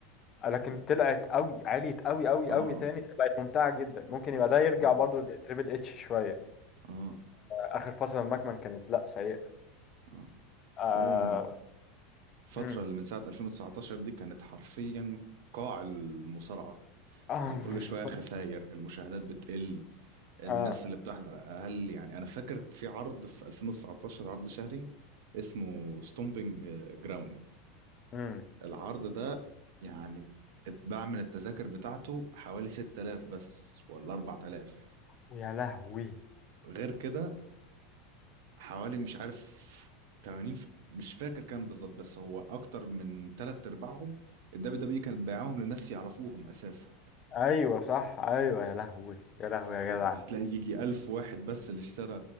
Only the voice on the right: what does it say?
اه
اه
اه
اه
هو الفترة
اللي من ساعة 2019 دي كانت حرفيا قاع المصارعة
كان
كل
شوية خسائر المشاهدات بتقل الناس
اللي بتحضر أقل يعني أنا فاكر في عرض في 2019 عرض شهري اسمه ستومبينج جراوند
العرض ده يعني اتباع من التذاكر بتاعته حوالي 6000 بس ولا 4000
غير كده حوالي مش عارف 80 ف- مش فاكر كام بالظبط بس هو اكتر من تلات ارباعهم الدبليو دبليو كانت بيعاهم لناس يعرفوهم اساسا
فهتلاقي
يجي الف واحد بس اللي اشترى